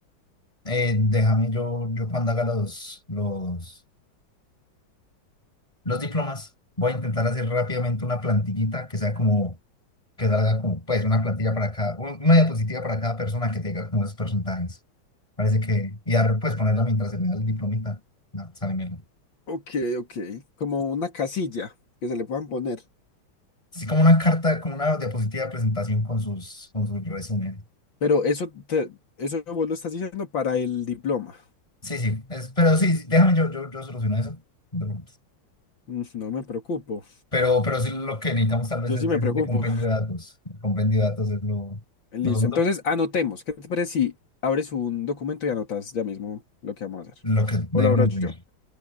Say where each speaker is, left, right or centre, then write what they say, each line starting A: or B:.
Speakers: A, on the left (about 15°); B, on the left (about 65°).
A: eh, déjame yo, yo cuando haga los, los, los diplomas, voy a intentar hacer rápidamente una plantillita que sea como que salga como, pues, una plantilla para cada, un- una diapositiva para cada persona que tenga como esos porcentajes. Parece que, y dar, pues, ponerla mientras se le da el diplomita. No, sale bien.
B: Ok, ok. Como una casilla que se le puedan poner.
A: Así como una carta, como una diapositiva de presentación con sus, con sus resumen.
B: Pero eso, te- eso vos lo estás diciendo para el diploma.
A: Sí, sí, es- pero sí, déjame yo, yo, yo soluciono eso. no te preocupes.
B: Mm, No me preocupo.
A: Pero, pero sí lo que necesitamos tal vez
B: Yo
A: es,
B: sí me
A: es
B: preocupo.
A: de compendio de datos. El compendio de datos es lo,
B: Listo.
A: lo duro,
B: Entonces, anotemos. ¿Qué te parece si abres un documento y anotas ya mismo lo que vamos a hacer?
A: lo que debemos
B: O lo abro yo.
A: hacer.